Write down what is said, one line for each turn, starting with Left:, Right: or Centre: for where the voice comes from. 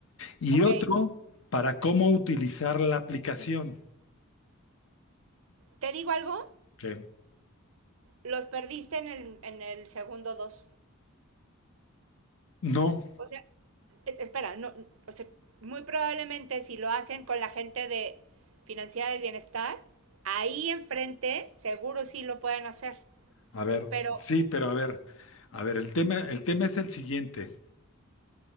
Left: Y
Right: Ok.
Left: otro para cómo utilizar la aplicación.
Right: ¿Te digo algo?
Left: Ok.
Right: Los perdiste en el, en el segundo dos.
Left: No,
Right: O sea, e- espera, no, o sea, muy probablemente si lo hacen con la gente de Financiera del Bienestar, ahí enfrente seguro sí lo pueden hacer.
Left: a ver,
Right: Pero
Left: sí, pero a ver, a ver, el tema, el tema es el siguiente,